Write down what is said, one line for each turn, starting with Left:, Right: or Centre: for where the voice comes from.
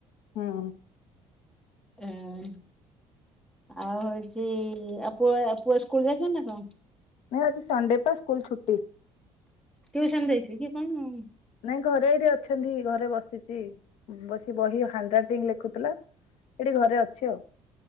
Left: ହୁଁ।
Centre: ଏଁ। ଆଉ ହଉଛି-ଇ-ଇ ଆଉ ପୁଅ ପୁଅ ସ୍କୁଲ ଯାଇଚି ନା କଣ?
Left: ନଁ ଆଜି ସଣ୍ଡେ ତ ସ୍କୁଲ ଛୁଟି।
Centre: ଟିଉସନ୍ ଯାଇଥିବେ କି କଣ-ଅ-ଅ?
Left: ନାଇଁ ଘରେ ଏଇଠି ଅଛନ୍ତି। ଘରେ ବସିଛି, ବସି ବହି ହାଣ୍ଡରାଇଟିଙ୍ଗ ଲେଖୁଥିଲା ସେଠି ଘରେ ଅଛି ଆଉ।